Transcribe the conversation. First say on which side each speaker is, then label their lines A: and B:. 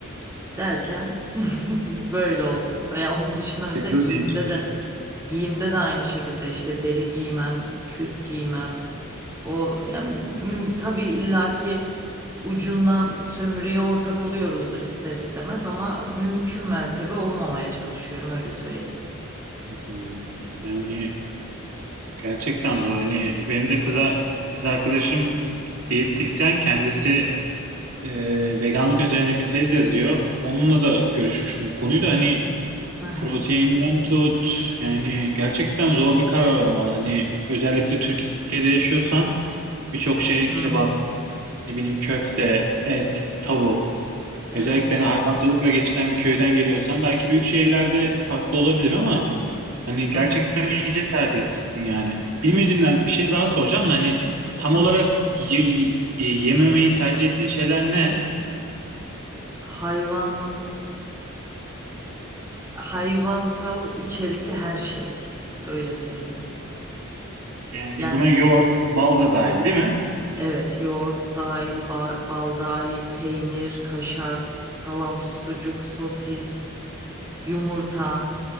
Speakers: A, on the right; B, on the right.
A: Derken <laughs> böyle oldu. Ya onun dışında mesela
B: Biz de
A: giyimde
B: o gençler.
A: de giyimde de aynı şekilde işte deri giymem, kürk giymem. O yani müm- tabii illaki ucundan sömürüye ortak oluyoruzdur ister istemez ama mümkün mertebe olmamaya çalışıyorum öyle söyleyeyim.
B: Hı hı. Yani Gerçekten zor. Hani benim de kıza, kız arkadaşım diyetisyen kendisi e, veganlık üzerine bir tez yazıyor. Onunla da görüşmüştüm. Bu konuyu da hani
A: Hı hı.
B: proteinden tut yani gerçekten zor bir karar olmalı. Hani özellikle Türkiye'de yaşıyorsan birçok şey
A: Hı
B: kebap,
A: hı.
B: ne bileyim köfte, et, tavuk.
A: Evet.
B: Özellikle hani hayvancılıkla geçinen bir köyden geliyorsan belki büyük şehirlerde farklı olabilir ama hani gerçekten
A: Hı hı.
B: iyi cesaret etmişsin yani. Bilmediğimden bir şey daha soracağım da hani tam
A: Hı.
B: olarak ye- ye- yememeyi tercih ettiğin şeyler ne?
A: Hayvan hayvansal içerikli her şey öyle söyleyeyim.
B: Yani
A: Yani
B: buna yoğurt, bal da dahil değil mi?
A: evet yoğurt dahil, ba- bal dahil, peynir, kaşar, salam, sucuk, sosis yumurta.